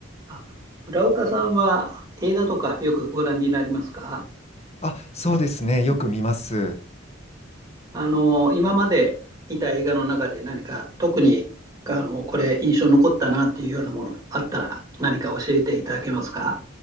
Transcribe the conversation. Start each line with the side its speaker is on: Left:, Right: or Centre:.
Right: あ浦岡さんは映画とかよくご覧になりますか
Left: あ、そうですね。よく見ます。
Right: あの、今まで見た映画の中で何か特に、あの、これ印象に残ったなっていうようなものがあったら何か教えていただけますか